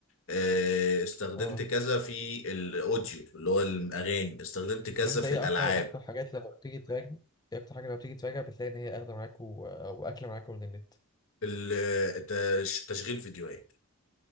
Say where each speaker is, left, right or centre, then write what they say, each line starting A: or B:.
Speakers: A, on the left; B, on the left.
A: آه، استخدمت
B: اه
A: كذا في الاوديو اللي هو الاغاني استخدمت كذا
B: طب انت
A: في
B: ايه
A: الالعاب
B: اكتر اكتر حاجات لما بتيجي تراجع ايه اكتر حاجة لما بتيجي تراجع بتلاقي ان هي اخدة معاك و... او اكلة معاك من النت
A: ال- تش- تشغيل فيديوهات